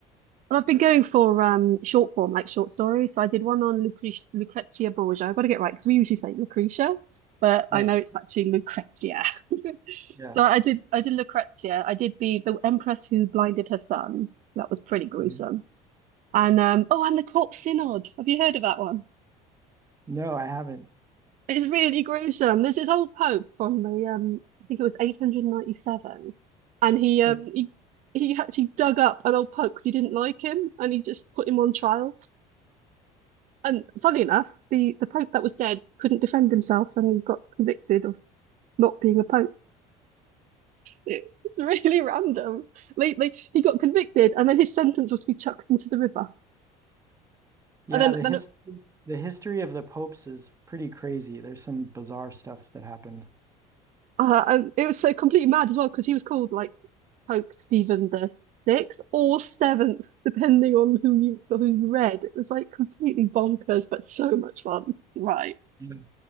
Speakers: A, on the right; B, on the right.
A: Well, I've been going for um short form, like short stories. So I did one on Lucre Lucrezia Borgia. I've got to get it right because we usually say Lucretia, but
B: Nice.
A: I know it's actually Lucrezia. <laughs>
B: Yeah.
A: So I did I did Lucrezia. I did the the Empress who blinded her son. That was pretty gruesome.
B: Mhm.
A: And um oh, and the Corpse Synod. Have you heard of that one?
B: No, I haven't.
A: It's really gruesome. There's this old pope from the um I think it was 897, and he um
B: Uh,
A: he he actually dug up an old pope because he didn't like him, and he just put him on trial. And funny enough, the, the Pope that was dead couldn't defend himself and he got convicted of not being a Pope. It's really random. Like, like he got convicted and then his sentence was to be chucked into the river.
B: Yeah,
A: And then
B: the
A: then
B: history
A: it,
B: the history of the popes is pretty crazy. There's some bizarre stuff that happened.
A: uh, and it was so completely mad as well because he was called like Pope Stephen the sixth or seventh, depending on who you who you read. It was like completely bonkers, but so much fun. Right.
B: Yeah.